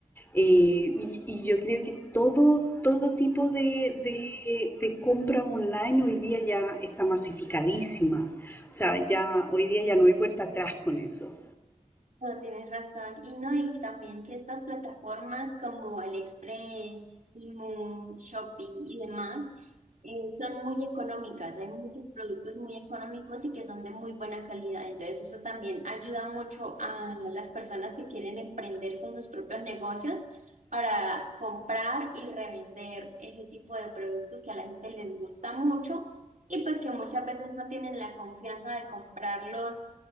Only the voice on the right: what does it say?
No, tienes razón. Y no, y también que estas plataformas como AliExpress, Temu, Shopee y demás eh, son muy económicas. Hay muchos productos muy económicos y que son de muy buena calidad. Entonces eso también ayuda mucho a las personas que quieren emprender con sus propios negocios para comprar y revender ese tipo de productos que a la gente les gusta mucho y pues que muchas veces no tienen la confianza de comprarlos